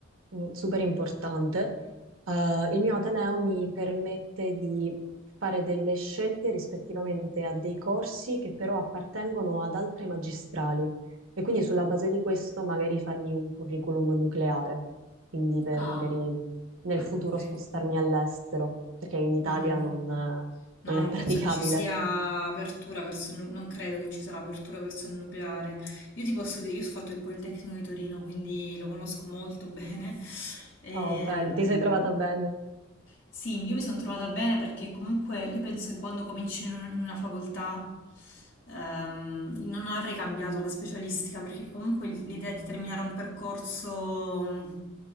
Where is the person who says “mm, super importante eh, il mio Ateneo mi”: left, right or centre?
Right